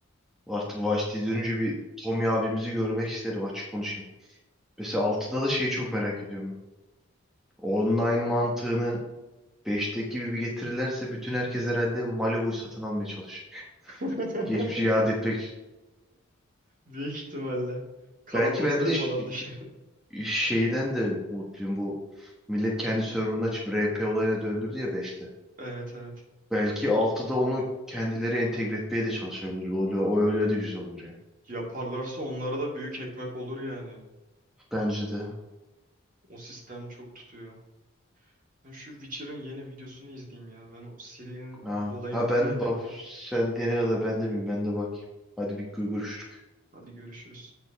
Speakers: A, in the centre; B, on the right (about 40°).
A: Artık Vashti'ye dönünce bir Tommy abimizi görmek isterim açık konuşayım. Mesela altıda da şeyi çok merak ediyorum. ben. Online mantığını Beşteki gibi bir getirirlerse bütün herkes herhalde Malibu'yu satın almaya çalışacak.
B: <laughs>
A: Geçmişi yad etmek.
B: Büyük ihtimalle. Kara
A: Belki
B: borsaya
A: ben bir de
B: falan
A: ş-
B: düşer.
A: şeyden de umutluyum. Bu millet kendi serverını açıp RP olayına döndürdü ya beşte.
B: <laughs> Evet evet.
A: Belki altıda onu kendileri entegre etmeye de çalışabilir. O, o öyle de güzel olur ya.
B: Yaparlarsa onlara da büyük ekmek olur yani.
A: Bence de.
B: O sistem çok tutuyor. Ben şu Witcher'ın yeni videosunu izleyeyim ya. Ben o Ciri'nin
A: Ha,
B: olayını
A: ha
B: merak
A: ben bak
B: ettim.
A: sen diyene kadar ben de bilmiyorum. Ben de bakayım. Hadi bir görüşürüz.
B: Hadi görüşürüz.